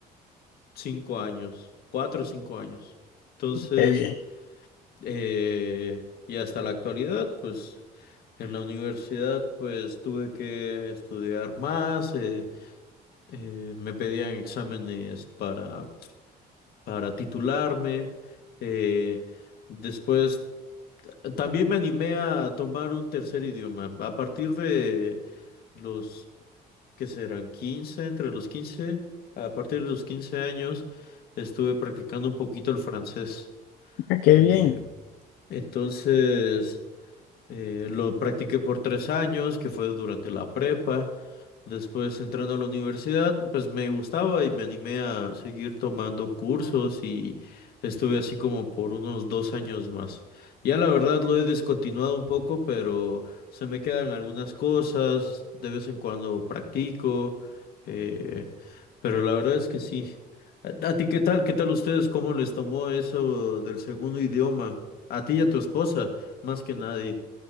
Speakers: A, on the left (about 65°); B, on the left (about 80°).
A: cinco años, cuatro o cinco años. Entonces,
B: Qué bien,
A: eh, y hasta la actualidad, pues en la universidad, pues tuve que estudiar más, eh, eh, me pedían exámenes para, para titularme. eh, después, t- también me animé a tomar un tercer idioma. A partir de los que serán 15 entre los 15 a partir de los 15 años estuve practicando un poquito el francés.
B: ah, qué
A: Eh,
B: bien.
A: entonces, eh, lo practiqué por tres años, que fue durante la prepa. Después entrando a la universidad, pues me gustaba y me animé a seguir tomando cursos y estuve así como por unos dos años más. Ya la verdad lo he descontinuado un poco, pero se me quedan algunas cosas, de vez en cuando practico, eh, pero la verdad es que sí. ¿A, a ti qué tal? ¿Qué tal ustedes? ¿Cómo les tomó eso del segundo idioma? A ti y a tu esposa, más que nadie.